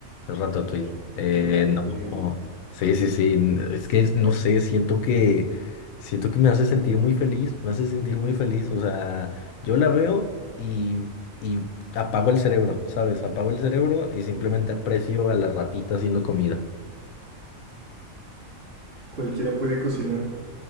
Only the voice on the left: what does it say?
Es Ratatouille. Eh,
no,
sí, sí, sí. n- Es que no sé, siento que siento que me hace sentir muy feliz, me hace sentir muy feliz. O sea, yo la veo y, y apago el cerebro, ¿sabes? Apago el cerebro y simplemente aprecio a la ratita haciendo comida.